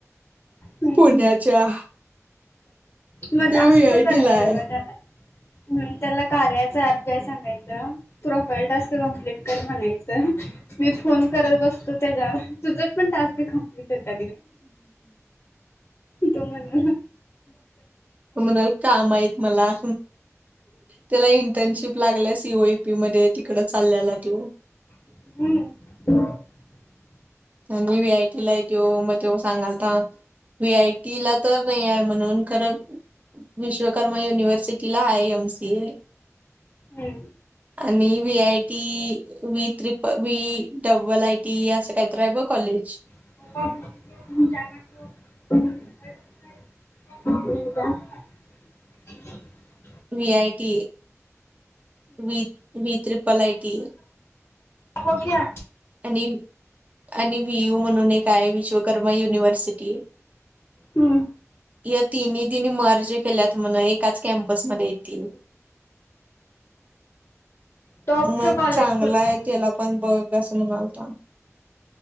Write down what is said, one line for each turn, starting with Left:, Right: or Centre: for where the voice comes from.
Left: हम्म.
Right: पुण्याच्या.
Left: मग
Right: त्यो
Left: असं
Right: व्ही आय
Left: तर करायचं
Right: टी ला आहे.
Left: व्हय त्याला. त्याला कार्याच ऍप घ्या सांगायच. प्रोफाईल टास्क कम्प्लीट कर म्हणायचं. मी फोन करत बसतो. त्याच्यावर तूच पण टास्क कम्प्लिट.. <unintelligible> तो म्हन.
Right: तो म्हणल काम आहेत मला. हं. त्याला इंटर्नशिप लागला सीओ ए पी मध्ये तिकडं चालेल्या त्यो.
Left: हम्.
Right: आणि व्ही आय टी हाय त्यो म सांगालता व्ही आय टी ला तर वय हाय म्हनून खरं विश्व कर्मा युनिवरसिटीला आय एम सी.
Left: हम्म
Right: आणि V I T.. V त्रिप V double I. T अस काही तरी. रायबा कॉलेज.
Left: का <unintelligible>
Right: V. I. T. V. Triple I. T.
Left: आपोपीया
Right: आणि आणि व्ही. यु म्हणून एक काय विश्वकर्मा युनिव्हर्सिटी.
Left: हम्म.
Right: या तिन्ही तिन्ही मर्ज केल्यात म्हण एकाच कॅम्पस मध्ये येतील.
Left: टॉपच
Right: मग
Left: कॉलेज
Right: चांगला
Left: कुठला
Right: आहे त्याला पण बघ अस म्हणाल.